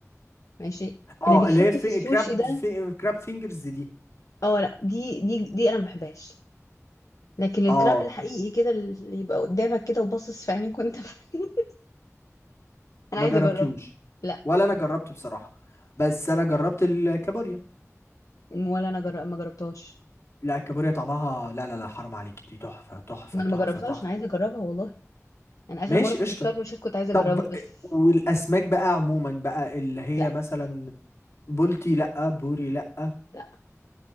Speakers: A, on the left; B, on the left.
A: ماشي
B: اه
A: اللي بيتحط
B: اللي هي في
A: في السوشي
B: كراب
A: ده
B: في كراب فينجرز دي
A: اه لا دي دي دي انا ما بحبهاش لكن الكراب
B: اه
A: الحقيقي كده اللي يبقى قدامك كده وباصص في عينيك وانت <laughs> انا
B: ما
A: عايزه
B: جربتوش
A: اجربه لا
B: ولا انا جربته بصراحة بس انا جربت الكابوريا
A: ولا انا جرب... ما جربتهاش
B: لا الكابوريا طعمها لا لا لا حرام عليكي دي تحفة تحفة
A: ما
B: تحفة
A: انا ما جربتهاش
B: تحفة
A: انا عايزه اجربها والله انا اخر
B: ماشي
A: مره كنت
B: قشطة
A: في شرم الشيخ كنت عايزه
B: طب
A: اجربها بس
B: والاسماك بقى عموما بقى اللي هي
A: لا
B: مثلا بولتي لا بوري لا
A: لا